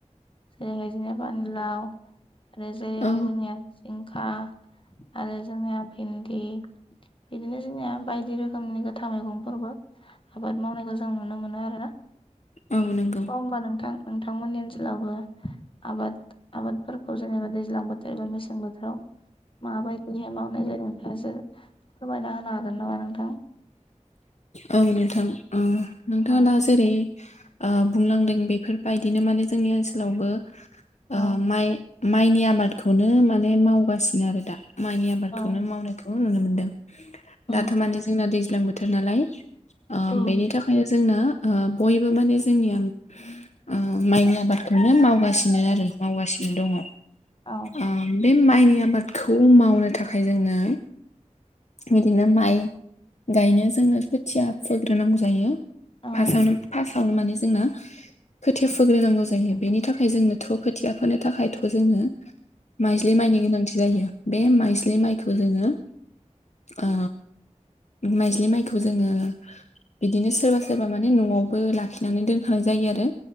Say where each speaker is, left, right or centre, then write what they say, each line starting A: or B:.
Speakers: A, on the left; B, on the left.
A: जेरैखायदिनो फानिलाव आरो जेरैहाय
B: औ
A: जोंनिया जिंखा आरो जोंनिया भिन्दि बिदिनो जोंनिया बायदि रोखोमनि गोथां मैगंफोरबो आबाद मावनायखौ जों नुनो मोनो आरोना
B: औ नंगौ
A: अ होनबा नोंथां नोंथांमोननि ओनसोलावबो आबाद आबाद फोर हजनिब दैजां बोथोर बा मेसें बोथोराव माबायदिहाय मावनाय ज जादों नोंथासो फोरमायना होनो हागोन नामा नोंथां
B: औ नोंथां उम नोंथाङ
A: औ
B: दा जेरै ओ बुंलांदों बेफोरबायदिनो माने जोंनि ओनसोलावबो ओ
A: औ
B: माइ माइनि आबादखौनो माने मावगासिनो आरो दा माइनि आबादखौनो
A: औ
B: मावनायखौ नुनो मोनदों! दाथ'
A: औ
B: माने जोंना दैज्लां बोथोर नालाय ओ
A: औ
B: बेनि थाखायनो जोंना ओ बयबो माने जोंनिया ओ माइनि आबाद नो मावगासिनो आरो मावगासिनो दङ!
A: औ
B: ओ बे माइनि आबादखौ मावनो थाखाय जोंनो बिदिनो माइ गायनो जोङो खोथिया फोग्रोनांगौ जायो!
A: औ
B: फासआवनो फार्स्टआवनो माने जोंना खोथिया फोग्रोनांगौ जायो बेनि थाखाय जोंनोथ' खोथिया फोनो थाखायथ' जोंनो माइज्लि माइनि गोनांथि जायो बे माइज्लि माइखौ जोङो ओ माइज्लि माइखौ जोङो बिदिनो सोरबा सोरबा माने न'आवबो लाखिनानै दोनखानाय जायो आरो!